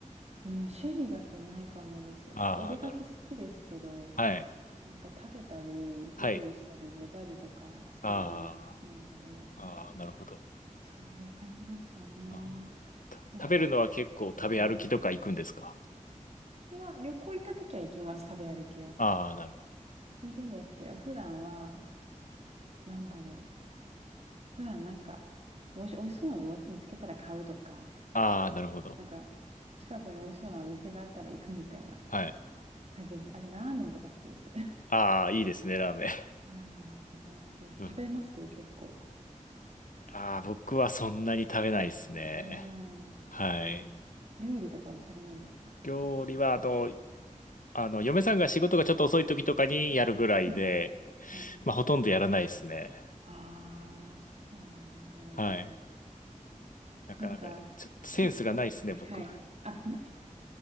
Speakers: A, on the right; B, on the left.
A: うん、趣味だとないかもです。
B: ああ、
A: お出かけ好きですけど、
B: なるほど。はい。
A: なんか食べたり、
B: はい。
A: 料理したり、寝たりとかするのが好きなので、
B: ああ、ああ、なるほど。
A: そういう感じですかね。
B: あーた食べるのは結構食べ歩きとか行くんですか
A: なんか、はいはい。いや、旅行行った時は行きます、食べ歩きは。
B: ああー、なるほど。
A: 行くんですけど、普段は、なんだろう。普段なんか、もし美味しそうなのも見つけたら買うとか、
B: ああ、なるほど。
A: なんか、近くに美味しそうなお店があったら行くみたいな
B: はい。
A: 感じです。あと、ラーメンとか好きです。<laughs> ラ
B: ああ、いいですね、ラーメン。
A: ーメンとか大好きです。
B: うん。
A: 食べます結構。
B: ああ、僕はそんなに食べないですね。
A: 食べないんですかね。
B: はい。
A: 料理とかはされないんですか
B: 料理は、あの、あの、嫁さんが仕事がちょっと遅い時とかにやるぐらいで、
A: はいはいはいはい。
B: まあ、ほとんどやらないですね。
A: ああ、そうなんだ。
B: はい。なかなか、
A: なんか、
B: ちょっとセンスがないですね、
A: 結構、はいはい。
B: 僕。
A: あ、<laughs> ない